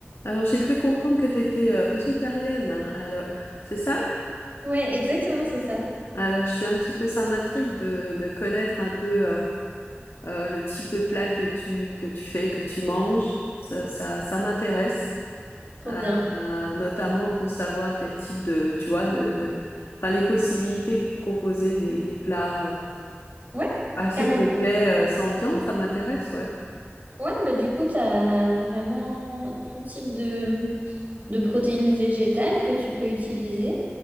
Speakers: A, on the left; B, on the right.
A: Alors, j'ai cru comprendre que tu étais végétarienne. hein. Alors, c'est ça?
B: Ouais, exactement, c'est ça.
A: Alors, je suis un petit peu, ça m'intrigue de, de connaître un peu euh, euh, le type de plat que tu, que tu fais, que tu manges. Ça, ça, ça m'intéresse,
B: Trop
A: euh,
B: bien.
A: euh, notamment pour savoir quel type de, tu vois, de, de, enfin, les possibilités pour composer des, des plats euh,
B: Ouais,
A: assez
B: carrément.
A: complets euh, sans viande, ça m'intéresse, ouais.
B: Ouais, bah du coup, tu as vraiment tout type de, de protéines végétales que tu peux utiliser